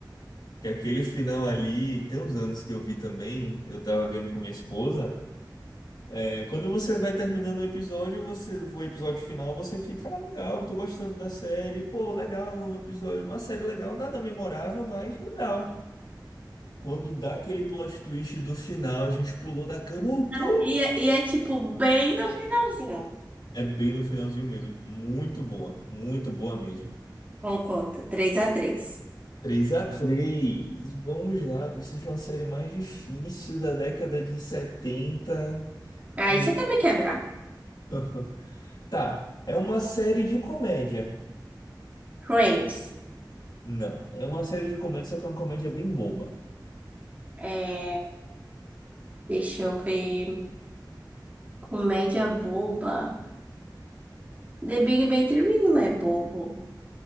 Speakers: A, on the left (about 60°); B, on the right (about 20°).
A: Que aquele final ali, tem uns anos que eu vi também, eu tava vendo com minha esposa. É, quando você vai terminando o episódio, você, o episódio final, você fica, ah, legal, tô gostando da série, pô, legal, é um episódio, uma série legal, nada memorável, mas legal. Quando dá aquele plot twist do final, a gente pulou da cama, o
B: Não,
A: quê?
B: E é, e é, tipo bem no finalzinho.
A: É bem no finalzinho mesmo. Muito boa, muito boa mesmo.
B: Concordo. três a três
A: três a três, Vamos lá, preciso de uma série mais difícil da década de 70
B: Aí
A: que ninguém-
B: você quer me quebrar.
A: <laughs> Tá, é uma série de comédia.
B: Friends.
A: Não, é uma série de comédia, só que é uma comédia bem boba.
B: É, deixa eu ver. Comédia boba. The Big Bang Theory não é bobo.